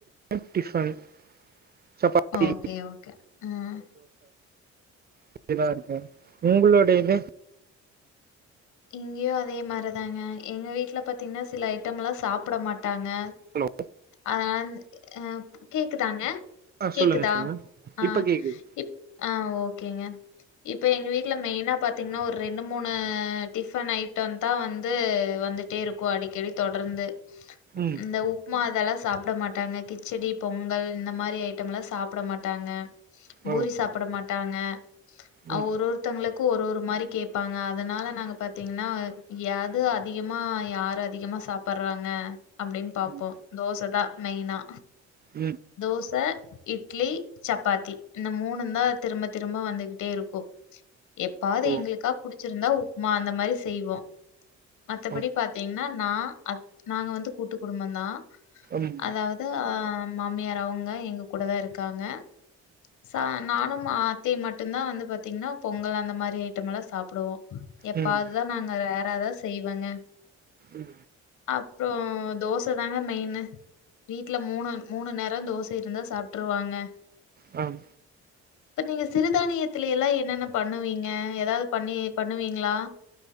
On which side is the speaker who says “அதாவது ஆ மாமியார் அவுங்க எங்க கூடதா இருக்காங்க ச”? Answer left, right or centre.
Left